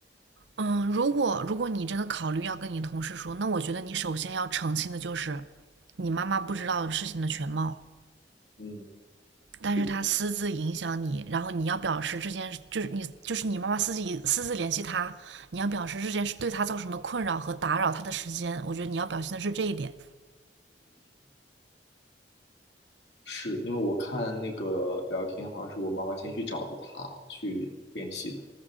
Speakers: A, on the right; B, on the left.
A: 嗯，如果如果你真的考虑要跟你同事说，那我觉得你首先要澄清的就是，你妈妈不知道事情的全貌。
B: 嗯，是的。
A: 但是他私自影响你，然后你要表示这件就是你就是你妈妈私自私自联系他，你要表示这件事对他造成的困扰和打扰他的时间，我觉得你要表现的是这一点。
B: 是因为我看那个聊天，好像是我妈妈先去找的他去联系的，